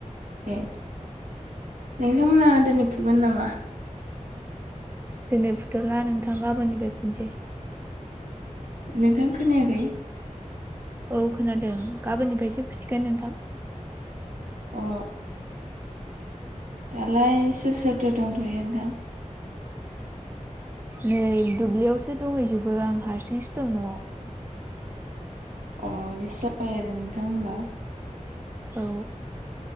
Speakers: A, on the right (about 75°); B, on the right (about 15°).
A: ए नोंथांमोना दिनै फुगोन नामा?
B: दिनै फुथ'ला नोंथां गाबोननिफ्राय फुनोसै।
A: नोंथां खोनायाखै
B: औ खोनादों गाबोननिफ्रायसो फुसिगोन नोंथां।
A: अ दालाय सोर सोरथो दंथ'यो नोंथां?
B: नै दुब्लियावसो दंहैजोबो आं हारसिंसो दं न'आव।
A: अ इदिसो जाबाय आरो नोंथां होमबा।
B: औ